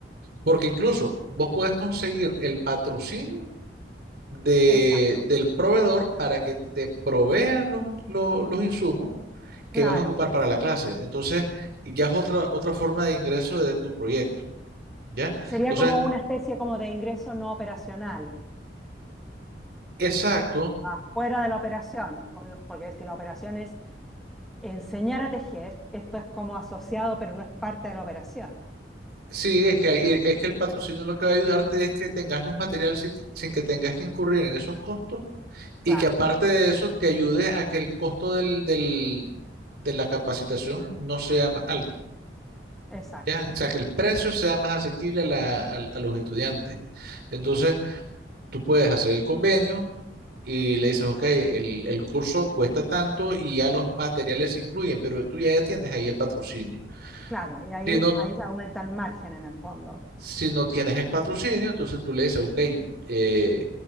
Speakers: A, on the right; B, in the centre.
A: Porque incluso vos puedes conseguir el patrocinio de,
B: exacto,
A: del proveedor para que te provean los, lo- los insumos
B: claro.
A: que vas a ocupar para la clase. Entonces, ya es otra, otra forma de ingreso de tu proyecto, ¿ya?
B: Sería
A: Entonces,
B: como una especie como de ingreso no operacional,
A: exacto.
B: ah, fuera de la operación, con- porque si la operación es Enseñar a tejer, esto es como asociado, pero no es parte de la operación.
A: Sí, es que, hay- e, es que el patrocinio lo que va a ayudarte es que tengas los materiales sin, que sin que tengas que incurrir en esos costos
B: Claro,
A: y que aparte de eso te ayude a que el costo del, del- de la capacitación no sea más alto.
B: exacto.
A: ¿ya? O sea, que el precio sea más asequible a, la- al- a los estudiantes. Entonces, tú puedes hacer el convenio y le dices, ok, el, el curso cuesta tanto y ya los materiales se incluyen, pero tú ya tienes ahí el patrocinio.
B: Claro, y ahí,
A: Si no,
B: ahí aumenta el margen en el fondo.
A: si no tienes el patrocinio, entonces tú le dices, ok, eh,